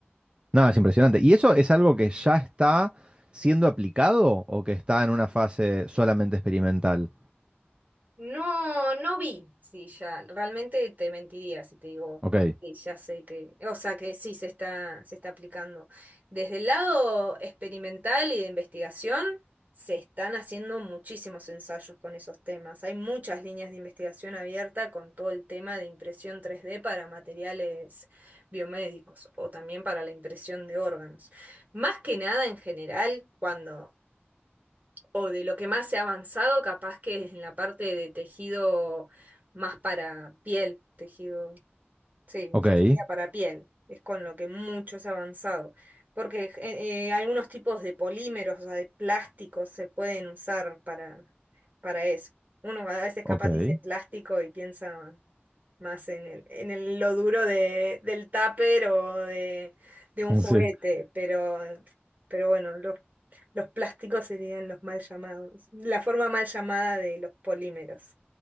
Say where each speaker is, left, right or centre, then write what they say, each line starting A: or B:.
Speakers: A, on the right; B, on the right.
A: Nada, es impresionante. ¿Y eso es algo que ya está siendo aplicado o que está en una fase solamente experimental?
B: No, no vi. Sí, ya, realmente te mentiría si te digo
A: Ok,
B: que ya sé que, o sea, que sí se está, se está aplicando. Desde el lado experimental y de investigación, se están haciendo muchísimos ensayos con esos temas. Hay muchas líneas de investigación abierta con todo el tema de impresión tres d para materiales biomédicos o también para la impresión de órganos. Más que nada en general, cuando o de lo que más se ha avanzado, capaz que es en la parte de tejido más para piel, tejido, sí,
A: ok,
B: o sea, sería para piel, es con lo que mucho se ha avanzado, porque eh, eh, algunos tipos de polímeros, o sea, de plásticos se pueden usar para, para eso. Uno a veces capaz
A: ok.
B: dice plástico y piensa más en el, en el- lo duro de, del tupper o de, de
A: <laughs>
B: un juguete,
A: Sí.
B: pero, pero bueno, los, los plásticos serían los mal llamados, la forma mal llamada de los polímeros,